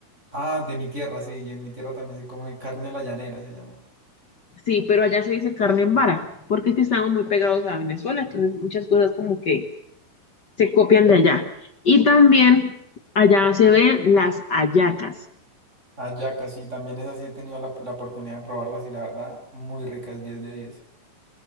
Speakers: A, on the right (about 15°); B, on the left (about 65°).
A: Ah, de mi tierra, sí, y en mi tierra también se come carne a la llanera, se llama.
B: Sí, pero allá se dice carne en vara, porque es que estamos muy pegados a Venezuela, entonces muchas cosas como que se copian de allá. Y también allá se ven las hallacas.
A: Hallaca, sí, también es así, he tenido la, la oportunidad de probarlas y la verdad, muy ricas, 10 de 10.